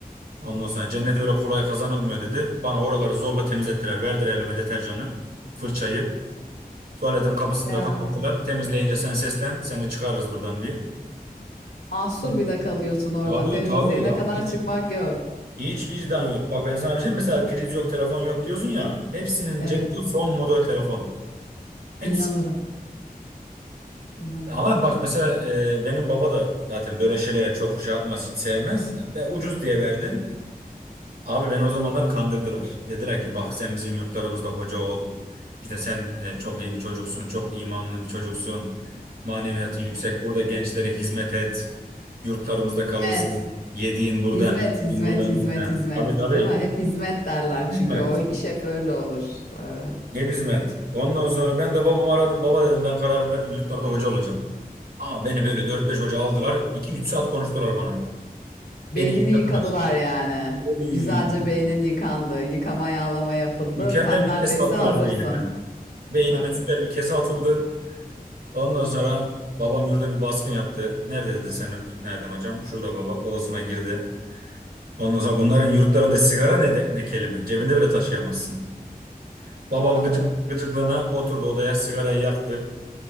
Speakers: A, on the right; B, on the left.
A: Ondan sonra cennet öyle kolay kazanılmıyor dedi. Bana oraları zorla temizlettiler. Verdiler elime deterjanı, fırçayı. Tuvaletin kapısını
B: Ya.
A: da kapattılar. Temizleyince sen seslen, seni çıkarırız buradan diye.
B: Mahsur
A: Yani
B: bir de kalıyorsun orada.
A: Abi
B: Temizliğine
A: tabii ya
B: kadar
A: hiç,
B: çıkmak yok.
A: hiç vicdan yok. Bak ben sana bir şey diyeyim. Mesela priz yok, telefon yok diyorsun ya. Hepsinin
B: Evet.
A: cebinde son model telefon. Hepsi.
B: inanırım İnanırım.
A: Ama bak mesela e, benim baba da zaten böyle şeylere çok şey yapmaz, hiç sevmez. Ve ucuz diye verdi. Abi beni o zamanlar kandırdılar. Dediler ki bak sen bizim yurtlarımızda hoca ol. İşte sen e, çok iyi bir çocuksun, çok imanlı bir çocuksun. Maneviyatın
B: Allah.
A: yüksek. Burada gençlere hizmet et. Yurtlarımızda
B: Hizmet.
A: kalırsın. Yediğin buradan,
B: Hizmet,
A: içtiğin
B: hizmet,
A: buradan.
B: hizmet,
A: He.
B: hizmet.
A: Abi tabii.
B: Değil mi? Hep hizmet derler
A: Hizmet.
B: çünkü o iş hep öyle olur. Tabii.
A: Ne hizmet? Ondan sonra ben de babamı aradım. Baba dedim ben kararımı verdim. Yurtlarda hoca olacağım. Ama beni böyle dört beş hoca aldılar. iki üç saat konuştular bana.
B: Beynini
A: Beni yıkadılar.
B: yıkadılar yani.
A: Oy,
B: Güzelce beynin yıkandı. Yıkama yağlama yapıldı.
A: mükemmel
B: Sen
A: bir
B: neredeyse
A: kese attılar
B: hazırsın.
A: beynime. Beynime
B: Tabii.
A: süper bir kese atıldı. Ondan sonra babam yurda bir baskın yaptı. Nerede dedi seni ikna edin hocam? Şurada baba odasına girdi. Ondan sonra bunların yurtlarında sigara ne, de, ne kelime. Cebinde bile taşıyamazsın. Babam
B: İnanırım.
A: gıcık, gıcıklığına oturdu odaya sigarayı yaktı.